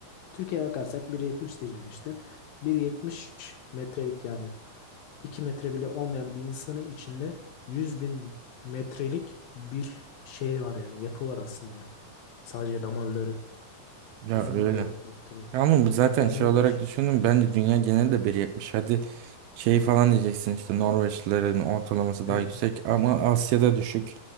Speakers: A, on the left (about 70°); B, on the right (about 80°).
A: Türkiye'ye bakarsak bir yetmiş diyeceksin işte. bir yetmiş metrelik yani 2 metre bile olmayan bir insanın içinde 100 bin metrelik bir şey var yani yapı var aslında. Sadece damarları
B: Ya
A: uzunluk
B: öyle.
A: olarak baktığında.
B: Ya Ama
A: Yani
B: bu zaten
A: mükemmelmiş.
B: şey olarak düşündüm. Bence dünya genelinde biri yetmiş. Hadi şey falan diyeceksin işte Norveçlilerin ortalaması
A: Evet.
B: daha yüksek ama Asya'da düşük.